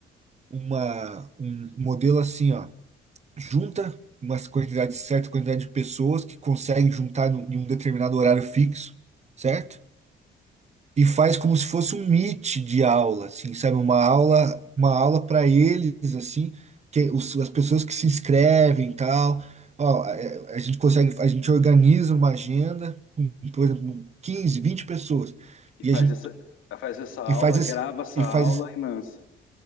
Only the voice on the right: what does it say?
uma, um modelo assim, ó? junta uma quantidade, certa quantidade de pessoas que conseguem juntar no- em um determinado horário fixo, certo? E faz como se fosse um meet de aula, assim, sabe? Uma aula, uma aula para eles, assim, que é os- as pessoas que se inscrevem e tal. Ó, é, a gente consegue, a gente organiza uma agenda com, por exemplo, 15, 20 pessoas.
E
a gente
e faz
esse,
e
faz